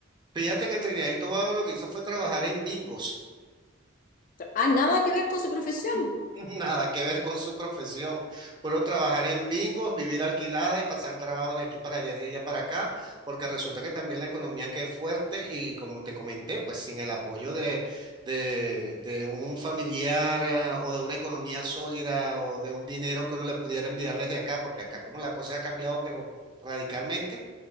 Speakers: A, on the right; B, on the left.
A: Fíjate que en Trinidad y Tobago lo que hizo fue trabajar en bingos.
B: Ah, nada que ver con su profesión.
A: <laughs> Nada que ver con su profesión. Puro trabajar en bingos, vivir alquilada y pasar trabajo de aquí para allá, de allá para acá, porque resulta que también la economía que es fuerte y como te comenté, pues sin el apoyo de, de, de un familiar ah, o de una economía sólida o de un dinero que uno le pudiera enviar desde acá, porque acá como la cosa ha cambiado, pero radicalmente,